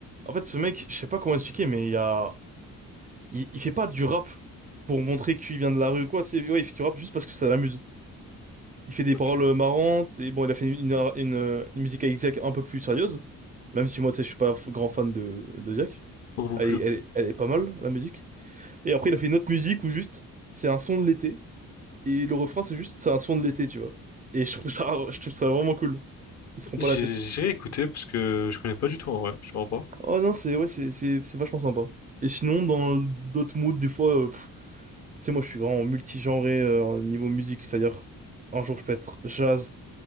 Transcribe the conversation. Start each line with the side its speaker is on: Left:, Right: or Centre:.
Right: en fait, ce mec, je sais pas comment expliquer, mais il y a, il, il fait pas du rap pour montrer qu'il vient de la rue ou quoi, tu sais. Ouais, il fait du rap juste parce que ça l'amuse. Il fait des
Left: Ok.
Right: paroles marrantes, et bon, il a fait une, une, une, une musique avec Ziak un peu plus sérieuse, même si moi, tu sais, je suis pas f- grand fan de, de Ziak.
Left: Non, non
Right: Elle,
Left: plus.
Right: est- elle, est- elle est pas mal, la musique. Et après, il a fait une autre musique où juste, c'est un son de l'été, et le refrain, c'est juste, c'est un son de l'été, tu vois. Et je trouve ça, je trouve ça vraiment cool. Il se prend
Left: J'ai
Right: pas la tête.
Left: j'ai écouté parce que je connais pas du tout en vrai. Je comprends pas.
Right: Oh non, c'est ouais, c'est c'est c'est vachement sympa. Et sinon, dans d'autres moods, des fois, euh, pff, tu sais, moi, je suis vraiment multigenré euh, au niveau musique. C'est-à-dire, un jour, je peux être jazz,